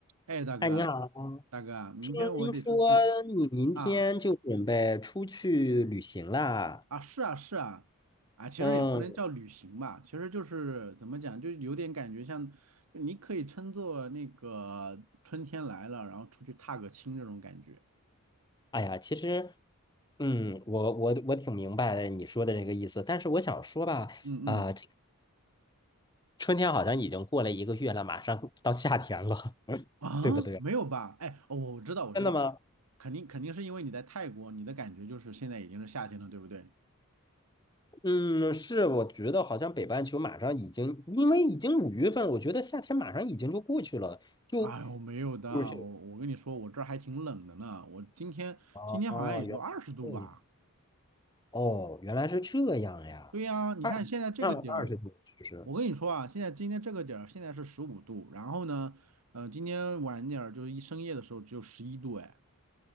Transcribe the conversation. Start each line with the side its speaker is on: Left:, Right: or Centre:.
Right: 哎，大哥啊
Left: 哎，你好，
Right: 大哥啊明天我得出去
Left: 听说你明天就准备出去旅行啦？
Right: 啊啊，是啊是啊，啊，其实也不能叫旅行吧，
Left: 嗯，
Right: 其实就是怎么讲，就有点感觉像，就你可以称作那个春天来了，然后出去踏个青这种感觉。
Left: 哎呀，其实，嗯，我我我挺明白你说的这个意思，但是我想说吧，
Right: 嗯嗯，
Left: 啊、这个春天好像已经过了一个月了，马上 <laughs> 到夏天了，<laughs>
Right: 啊，
Left: 对不对？
Right: 没有吧？哎，哦，我知道我知道，
Left: 真的吗？
Right: 肯定肯定是因为你在泰国，你的感觉就是现在已经是夏天了，对不对？
Left: 嗯，是，我觉得好像北半球马上已经，因为已经五月份了我觉得夏天马上已经就过去了，就
Right: 哎我没有的，
Left: 就是
Right: 我我跟你说，我这儿还挺冷的呢，我今天今天好像也就二十度吧。
Left: 哦哦，原来。哦，原来是这样呀。
Right: 对呀，你看现在这个点儿，
Left: 二，那二十度其实，
Right: 我跟你说啊，现在今天这个点儿现在是十五度，然后呢，呃，今天晚点儿就是一深夜的时候只有十一度，哎，